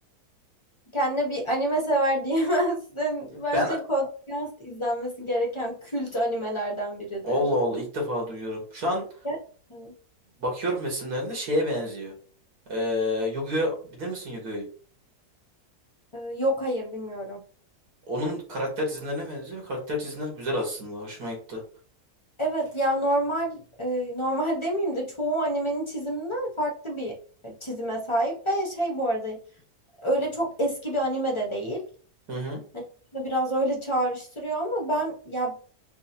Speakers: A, on the left; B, on the right.
A: Kendine bir anime sever diyemezsin. <laughs> Bence
B: Ben
A: Code Geass izlenmesi gereken kült animelerden biridir.
B: Allah Allah ilk defa duyuyorum. Şu an
A: Gerçekten.
B: bakıyorum resimlerinde şeye benziyor. Eee Yu-Gi-Oh! Bilir misin yu
A: Ee, yok hayır bilmiyorum.
B: Onun karakter çizimlerine benziyor ve karakter çizimleri güzel aslında. Hoşuma gitti.
A: Evet ya normal e, normal demeyeyim de çoğu animenin çiziminden farklı bir e, çizime sahip ve şey bu arada öyle çok eski bir anime de değil.
B: Hı hı.
A: Hani aslında biraz öyle çağrıştırıyor ama ben ya